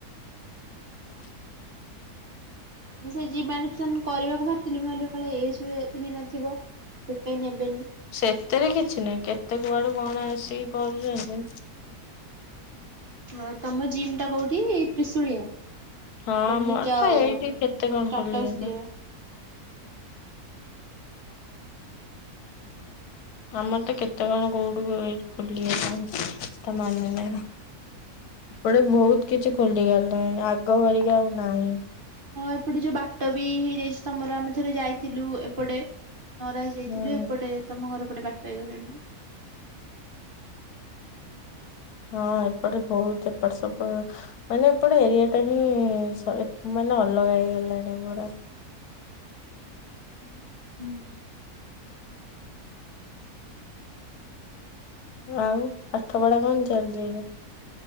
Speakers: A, on the left (about 80°); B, on the right (about 45°).
A: <inaudible>
B: ମୁଁ ସେଇ ଯିବ୍ ଆଡମିସନ କରିବାକୁ ବାହାରିଥିଲି ମୁଁ ଭାଲି। କାଳେ ଏଜ ହୁଏ ହେଇନଥିବ ସେଥିପାଇଁ ନେବେନି।
A: ସେତେରେ କିଛି ନାହିଁ କେତେ କୁଆଡୁ କଣ ଆସିକି କରୁଛନ୍ତି।
B: ହଁ ତମ ଜିମ୍ ଟା କୋଉଠି ତ୍ରିଶୁଳିଆ।
A: ହଁ ଆମର
B: ତମି ଯାଅ
A: ତ ଏଇଠି କେତେ କଣ
B: ଷ୍ଟାଟସ
A: ଖୋଲିଗଲା
B: ଦିଅ।
A: ଆମର ତ କେତେ କଣ କୋଉଠୁ <unintelligible> ଖୋଲି ଗଲାଣି ତା ମାନେ ନାହିଁ। ଏପଟେ ବହୁତ କିଛି ଖୋଲିଗଲାଣି। ଆଗ ଭରିକା ଆଉ ନାହିଁ।
B: ହଁ ଏପଟେ ଯୋଉ ବାଟ ବି ହେଇଯାଇଛି ତମର ଆମେ ଥରେ ଯାଇଥିଲୁ ଏପଟେ। ନରାଜ ଯାଇଥିଲୁ।
A: ହୁଁ।
B: ଏପଟେ ତମ ଘର ପଟେ ବାଟ ହେଇଗଲାଣି ନା।
A: ହଁ ଏପଟେ ବହୁତ ଏପଟ ସବୁ। ମାନେ ଏପଟେ ଏରିଆ ଟା ହିଁ ସ ମାନେ ଅଲଗା ହେଇଗଲାଣି ପୁରା।
B: ହୁଁ ହୁଁ।
A: ଆଉ ପାଠ ପଢା କଣ ଚାଲିଛି ଏବେ?